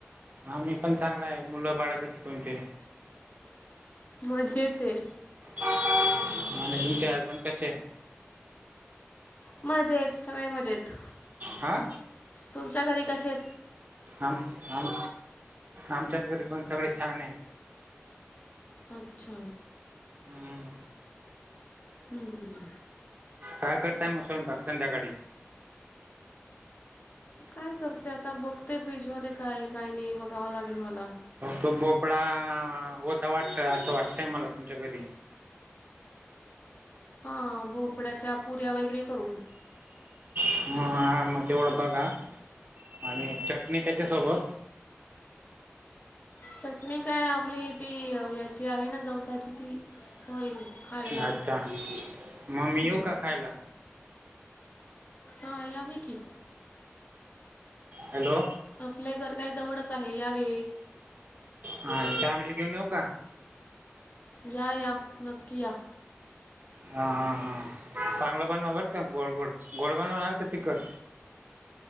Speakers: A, on the right; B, on the left.
A: हा मी पण चांगलाय. मुलं बाळ कशी तुमची.
B: मजेते.
A: आणि तुमचे हसबंड कसे.
B: मजेत. सगळे मजेत.
A: हा
B: तुमच्या घरी कसेत.
A: आम, आम, आमच्या घरी पण सगळे छाने.
B: अच्छा.
A: हम्म.
B: हम्म हम्म हम्म.
A: काय करताय म, स्वयंपाक संध्याकाळी.
B: काय करते. आता बघते फ्रीजमध्ये काये काय नाही. बघावं लागेल मला.
A: तो भोपळा होता वाटत. असं वाटतय मला तुमच्या घरी.
B: ह. भोपड्याच्या पुऱ्या वगैरे करू.
A: हम्म. हा मग तेवढं बघा आणि चटणी त्याच्यासोबत
B: चटणी काय आपली ती याची आहे ना जवसाची ती. होईल खायला.
A: अच्छा मग मी
B: हम्म.
A: येऊ का खायला
B: हा. या मिकी
A: हॅलो.
B: आपल घर काय जवळच आहे यावे.
A: हा. फॅमिली घेऊन येऊ का?
B: या या नक्की या.
A: हा हा हा. चांगलं बनवा बर का गोड गोड. गोड बनवणार का तिखट?